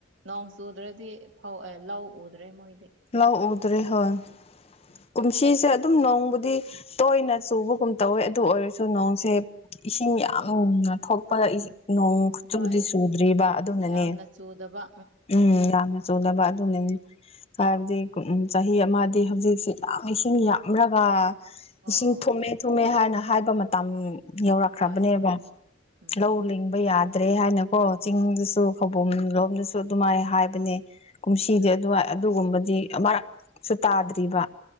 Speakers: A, on the right; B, on the left.
A: ꯅꯣꯡ ꯆꯨꯗ꯭ꯔꯗꯤ ꯐꯧ ꯂꯧ ꯎꯗ꯭ꯔꯦ ꯃꯣꯏꯗꯤ
B: ꯂꯧ ꯎꯗ꯭ꯔꯦ ꯍꯣꯏ ꯀꯨꯝꯁꯤꯁꯦ ꯑꯗꯨꯝ ꯅꯣꯡꯕꯨꯗꯤ ꯇꯣꯏꯅ ꯆꯨꯕꯒꯨꯝ ꯇꯧꯋꯦ ꯑꯗꯨ ꯑꯣꯏꯔꯁꯨ ꯅꯣꯡꯁꯦ ꯏꯁꯤꯡ ꯌꯥꯝꯅ
A: ꯎꯝ
B: ꯊꯣꯛꯄ ꯏ ꯅꯣꯡ ꯈꯨꯆꯨꯗꯤ
A: ꯍꯣꯏ
B: ꯆꯨꯗ꯭ꯔꯤꯕ ꯑꯗꯨꯅꯅꯦ
A: ꯌꯥꯝꯅ ꯆꯨꯗꯕ
B: ꯎꯝ ꯌꯥꯝꯅ ꯆꯨꯗꯕꯥ ꯑꯗꯨꯅꯅꯦ ꯍꯥꯏꯕꯗꯤ
A: ꯎꯝ
B: ꯀ ꯎꯝ ꯆꯍꯤ ꯑꯃꯗꯤ ꯍꯧꯖꯤꯛꯁꯤ ꯌꯥꯝ ꯏꯁꯤꯡ ꯌꯥꯝꯂꯒ ꯏꯁꯤꯡ
A: ꯑꯣ
B: ꯊꯨꯝꯃꯦ ꯊꯨꯝꯃꯦ ꯍꯥꯏꯅ ꯍꯥꯏꯕ ꯃꯇꯝ ꯌꯧꯔꯛꯈ꯭ꯔꯕꯅꯦꯕ
A: ꯍꯣꯏ ꯍꯣꯏ ꯎꯝ
B: ꯂꯧ ꯂꯤꯡꯕ ꯌꯥꯗ꯭ꯔꯦ ꯍꯥꯏꯅꯀꯣ ꯆꯤꯡꯗꯁꯨ
A: ꯎꯝ
B: ꯈꯧꯕꯝ ꯂꯣꯝꯗꯁꯨ ꯑꯗꯨꯃꯥꯏꯅ ꯍꯥꯏꯕꯅꯦ ꯀꯨꯝꯁꯤꯗꯤ
A: ꯎꯝ
B: ꯑꯗꯨꯋꯥꯏ ꯑꯗꯨꯒꯨꯝꯕꯗꯤ ꯑꯃꯔꯛꯁꯨ ꯇꯥꯗ꯭ꯔꯤꯕ